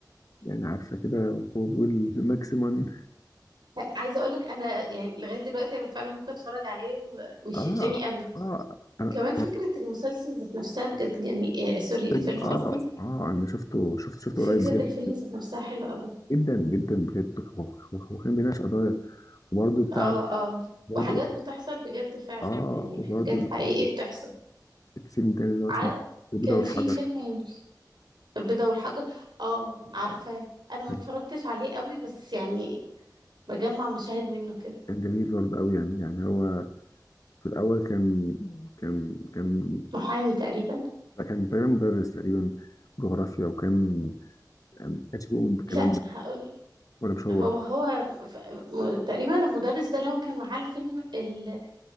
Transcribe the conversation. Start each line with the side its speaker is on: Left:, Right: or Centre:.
Left: يعني عارفه كده وهو بيقول ماكسيمم
Right: عايزه اقول لك انا يعني لغايه دلوقتي انا فعلا ممكن اتفرج عليه و- ويشدني
Left: اه
Right: قوي
Left: اه انا
Right: كمان فكره المسلسل ذات نفسها بجد جميل آه سوري الفيلم
Left: فيلم اه
Right: قصدي
Left: اه انا شفته شفت شفته
Right: فكره
Left: قريب بجد
Right: الفيلم ذات نفسها حلوه قوي
Left: جدا جدا بجد هو هو- هو كان بيناقش قضايا وبرده بتاعت
Right: اه اه
Left: برضه
Right: وحاجات بتحصل بجد فعلا
Left: اه
Right: يعني
Left: وبرده
Right: حاجات
Left: اللي
Right: حقيقيه
Left: هو
Right: بتحصل
Left: الفيلم التاني اللي هو
Right: ع-
Left: اسمه البيضة
Right: كان
Left: والحجر
Right: في فيلم البيضه والحجر اه عارفاه انا ما
Left: كان
Right: اتفرجتش عليه قوي بس يعني بجمع مشاهد منه كده
Left: كان جميل برضه قوي يعني يعني هو في الأول كان كان كان
Right: محامي تقريبا
Left: ده كان تقريبا مدرس تقريبا جغرافيا وكان ما كانش بيؤمن بالكلام
Right: لا
Left: ده
Right: هقول
Left: ولا مش هو؟
Right: هو هو ف- م- تقريبا المدرس ده اللي هو كان معاه الفيلم ال...